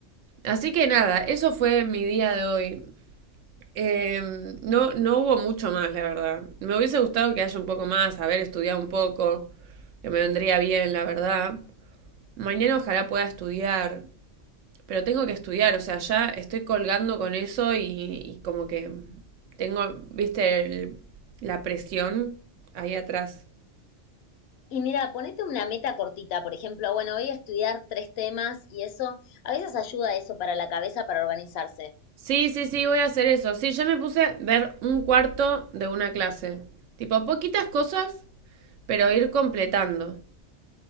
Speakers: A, on the right; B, on the left.
A: Así que nada, eso fue mi día de hoy. Eh, no, no hubo mucho más, la verdad. Me hubiese gustado que haya un poco más, haber estudiado un poco, que me vendría bien, la verdad. Mañana ojalá pueda estudiar. Pero tengo que estudiar, o sea, ya estoy colgando con eso y, y como que tengo, viste, el- la presión ahí atrás.
B: Y mira, ponete una meta cortita, por ejemplo, bueno, voy a estudiar tres temas y eso, a veces ayuda eso para la cabeza, para organizarse.
A: Sí, sí, sí, voy a hacer eso. Sí, ya me puse a ver un cuarto de una clase. Tipo, poquitas cosas, pero ir completando.